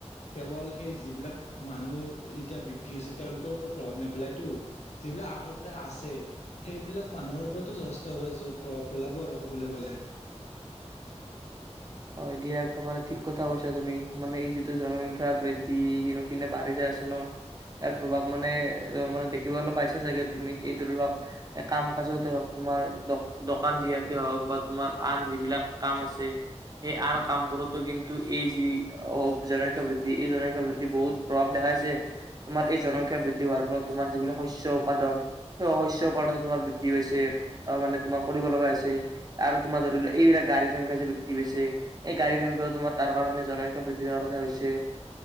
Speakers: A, on the left; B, on the right.
A: কেৱল সেই যিবিলাক মানুহ এতিয়া বৃদ্ধি হৈছে তেওঁলোকৰ ওপৰত প্ৰভাৱ নাপ যিবিলাক আগৰ পৰা আছে সেইবিলাক মানুহৰ ওপৰতো যথেষ্টভাৱে প্ৰভাৱ পেলাব আৰু ক'বলৈ গলে
B: হয় দিয়া একেবাৰে ঠিক কথা কৈছা তুমি মানে এই যিটো জনসংখ্যা বৃদ্ধি দিনক দিনে বাঢ়ি যাই আছে ন ইয়াৰ প্ৰভাৱ মানে অ মানে দেখিবল পাইছে চাগে তুমি এই ধৰি লক কাম কাজতে হওক তোমাৰ দোকান দিয়াতে হওক বা তোমাৰ আন যিবিলাক কাম আছে এই আন কাম বোৰতো কিন্তু এই যি অ জনসংখ্যা বৃদ্ধি এই জনসংখ্যা বৃদ্ধি বহুত প্ৰভাৱ দেখাইছে তোমাৰ এই জনসংখ্যা বৃদ্ধি হোৱাৰ ফলত তোমাৰ যিবিলাক শস্য উপাদান সেই শস্য উপাদনো তোমাৰ বৃদ্ধি পাইছে আহ মানে তোমাৰ কৰিব লগা হৈছে আৰু তোমাৰ ধৰি ল এইবিলাক গাড়ীৰ সংখ্যা যে বৃদ্ধি পাইছে এই গাড়ীৰ সংখ্যা তোমাৰ তাৰ কাৰণে জনসংখ্যা বৃদ্ধিৰ কাৰণে হৈছে